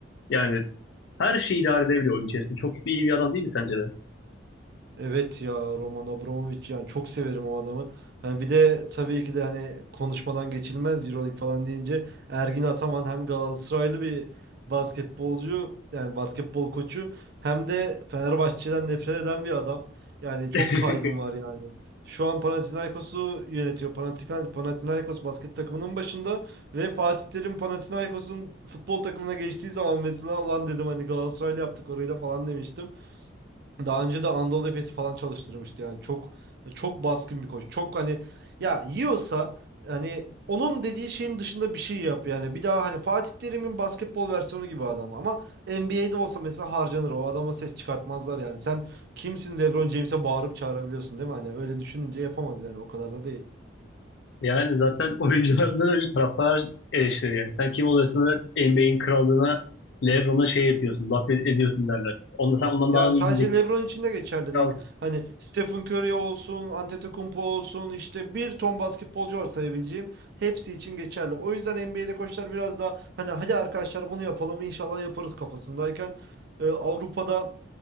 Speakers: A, on the left (about 65°); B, on the right (about 55°).
A: yani Her şeyi idare edebiliyor oyun içerisinde. Çok bir iyi bir adam değil mi sence de?
B: Evet ya Roman Abramovich yani çok severim o adamı. Hani bir de tabii ki de hani konuşmadan geçilmez Euroleague falan deyince Ergin Ataman hem Galatasaraylı bir basketbolcu yani basketbol koçu hem de Fenerbahçe'den nefret eden bir adam. Yani çok
A: <laughs>
B: saygım var yani. Şu an Panathinaikos'u yönetiyor. Panathika- Panathinaikos basket takımının başında ve Fatih Terim Panathinaikos'un futbol takımına geçtiği zaman mesela ulan dedim hani Galatasaraylı yaptık orayı da falan demiştim. Daha önce de Anadolu Efes'i falan çalıştırmıştı yani çok çok baskın bir koç. Çok hani ya yiyorsa hani onun dediği şeyin dışında bir şey yap yani. Bir daha hani Fatih Terim'in basketbol versiyonu gibi adam ama NBA'de olsa mesela harcanır. O adama ses çıkartmazlar yani. Sen kimsin LeBron James'e bağırıp çağırabiliyorsun değil mi? Hani öyle düşününce yapamaz yani o kadar da değil.
A: Yani zaten oyunculardan önce taraftar eleştirir yani. Sen kim oluyorsun da NBA'in krallığına LeBron'a şey yapıyorsun, laf ed- ediyorsun derler. Onda sen ondan
B: Yani
A: daha mı
B: sadece
A: iyi bileceksin.
B: LeBron için de geçerli
A: Aşağı.
B: değil. Hani Stephen Curry olsun, Antetokounmpo olsun, işte bir ton basketbolcu var sayabileceğim. Hepsi için geçerli. O yüzden NBA'de koçlar biraz daha hani hadi arkadaşlar bunu yapalım inşallah yaparız kafasındayken e, Avrupa'da